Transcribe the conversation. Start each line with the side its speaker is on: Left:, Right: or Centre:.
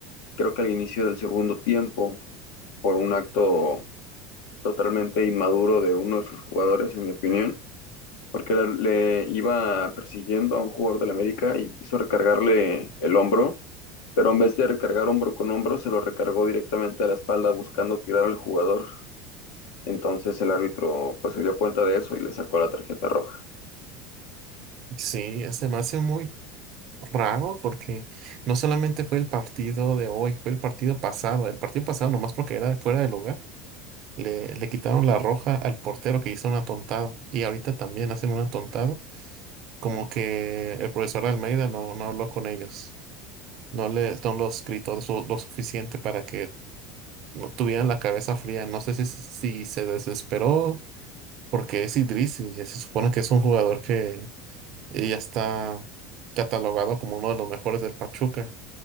Left: creo que al inicio del segundo tiempo, por un acto totalmente inmaduro de uno de sus jugadores, en mi opinión, porque le, le iba persiguiendo a un jugador del América y quiso recargarle el hombro, pero en vez de recargar hombro con hombro, se lo recargó directamente a la espalda buscando tirar al jugador. Entonces el árbitro pues se dio cuenta de eso y le sacó la tarjeta roja.
Right: Sí, se me hace muy raro porque no solamente fue el partido de hoy, fue el partido pasado. El partido pasado, nomás porque era fuera de lugar, le, le quitaron la roja al portero que hizo una tontada. Y ahorita también hacen una tontada. Como que el profesor Almeida no, no habló con ellos. No le, no los escrito lo, lo suficiente para que no tuvieran la cabeza fría. No sé si, si se desesperó porque es Idris y se supone que es un jugador que ya está catalogado como uno de los mejores del Pachuca.